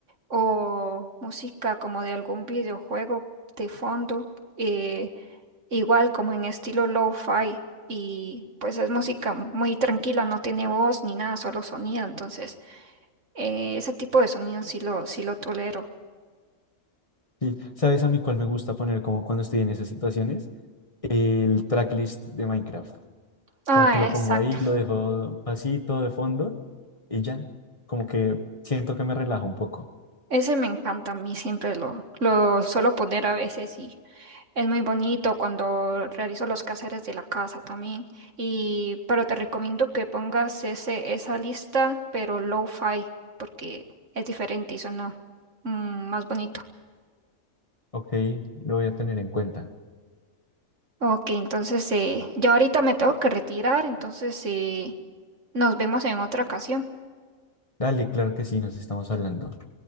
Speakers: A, on the right; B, on the left.
A: o música como de algún videojuego de fondo, eh, igual como en estilo lo-fi y pues es música muy tranquila, no tiene voz ni nada, solo sonido, entonces eh, ese tipo de sonido sí lo, sí lo tolero.
B: Y, ¿sabes a mí cuál me gusta poner como cuando estoy en esas situaciones? El tracklist de Minecraft.
A: Ah,
B: Como que lo
A: exacto.
B: pongo ahí, lo dejo pasito de fondo y ya, como que siento que me relaja un poco.
A: Ese me encanta a mí, siempre lo, lo suelo poner a veces y Es muy bonito cuando realizo los quehaceres de la casa también. Y, pero te recomiendo que pongas ese, esa lista, pero low-fi, porque es diferente y suena mm, más bonito.
B: Ok, lo voy a tener en cuenta.
A: Ok, entonces eh, yo ahorita me tengo que retirar, entonces eh, nos vemos en otra ocasión.
B: Dale, claro que sí, nos estamos hablando.